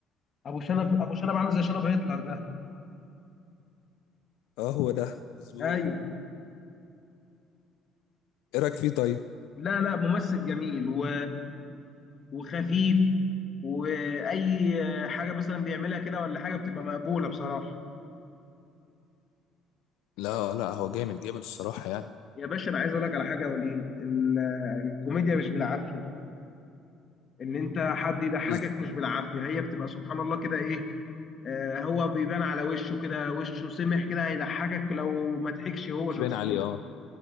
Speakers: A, on the left; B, on the left.
A: ابو شنب ابو شنب عامل زي شنب هتلر ده
B: اه هو ده مظبوط
A: ايوه
B: ايه رايك فيه طيب
A: لا لا ممثل جميل و... وخفيف واي حاجه مثلا بيعملها كده ولا حاجه بتبقى مقبوله بصراحه
B: لا لا هو جامد جامد الصراحه يعني
A: يا باشا انا عايز اقول لك على حاجه يا وليد ال- الكوميديا مش بالعافيه ان انت حد يضحكك
B: بس
A: مش بالعافيه هي بتبقى سبحان الله كده ايه آه هو بيبان على وشه كده وشه سمح كده هيضحكك لو ما ضحكش هو شخصيا
B: باين عليه اه